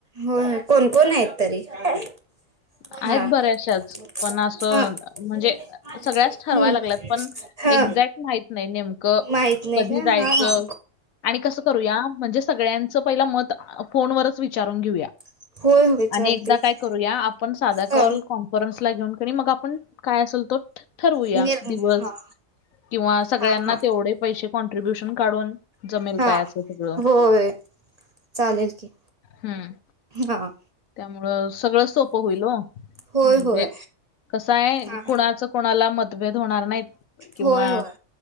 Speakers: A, on the right (about 40°); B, on the left (about 80°).
A: होय कोण, कोण आहेत तरी? हा
B: आहेत
A: हा.
B: बऱ्याचशाच पण असं म्हणजे
A: हम्म
B: सगळ्याच ठरवायला लागल्यात पण
A: हा
B: एक्झॅक्ट माहित नाही नेमकं
A: माहित नाही
B: कधी
A: का
B: जायचं
A: हा हा.
B: आणि कसं करूया म्हणजे सगळ्यांचं पहिलं मत फोनवरच विचारून घेऊया.
A: हा होय होय चालतय
B: आणि एकदा
A: की
B: काय करूया आप आपण साधा
A: ह
B: कॉल कॉन्फरन्स ला घेऊन क मग आपण काय असेलतो ठरवूया
A: निर
B: दिवस
A: हा
B: किंवा सगळ्यांना
A: हा हा
B: तेवढे पैसे कॉन्ट्रिब्युशन काढून जमेल
A: हा
B: काय असं सगळं?
A: होय चालेल की
B: हम्म
A: हा.
B: त्यामुळं सगळं सोपं होईल हो
A: होय
B: म्हणजे
A: होय
B: कसं आहे
A: हा
B: कुणाचं कोणाला मतभेद होणार नाहीत. किंवा
A: होय, होय.